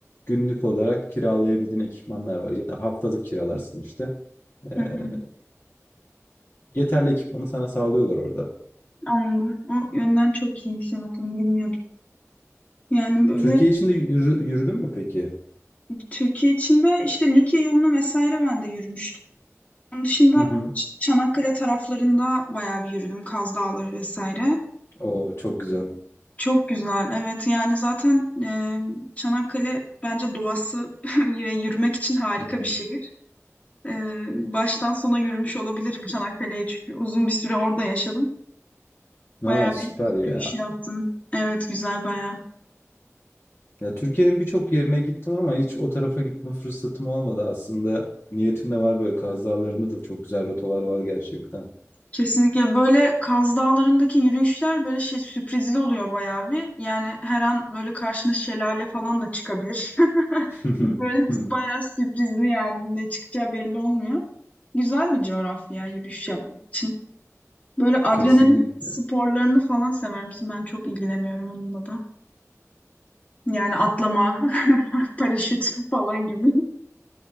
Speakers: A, on the left (about 50°); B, on the left (about 25°).
A: günlük olarak kiralayabildiğin ekipmanlar var ya da haftalık kiralarsın işte. Ee,
B: hı hı.
A: yeterli ekipmanı sana sağlıyorlar orada.
B: Anladım. O yönden çok iyiymiş evet onu bilmiyordum. Yani böyle
A: Türkiye içinde yürü- yürüdün mü peki?
B: Türkiye içinde işte Likya yoluna vesaire ben de yürümüştüm. Onun dışında
A: Hı hı.
B: Ç- Çanakkale taraflarında bayağı bir yürüdüm. Kaz Dağları vesaire.
A: Oo çok güzel.
B: Çok güzel. Evet yani zaten e, Çanakkale bence doğası <laughs> ve yürümek için harika
A: Hı hı.
B: bir şehir. E, baştan sona yürümüş olabilirim Çanakkale'yi çünkü uzun bir süre orada yaşadım.
A: Aa,
B: Bayağı
A: süper
B: bir yürüyüş
A: ya.
B: yaptım. Evet güzel bayağı.
A: Ya Türkiye'nin birçok yerine gittim ama hiç o tarafa gitme fırsatım olmadı aslında. Niyetim de var böyle Kaz Dağları'nda da çok güzel rotalar var gerçekten.
B: Kesinlikle böyle Kaz Dağları'ndaki yürüyüşler böyle şey sürprizli oluyor bayağı bir. Yani her an böyle karşına şelale falan da çıkabilir. <laughs>
A: <laughs>
B: Böyle bayağı sürprizli yani ne çıkacağı belli olmuyor. Güzel bir coğrafya yürüyüş yapmak için. Böyle adrenalin
A: Kesinlikle.
B: sporlarını falan sever misin? Ben çok ilgileniyorum onunla da. Yani atlama, <laughs> paraşüt falan gibi.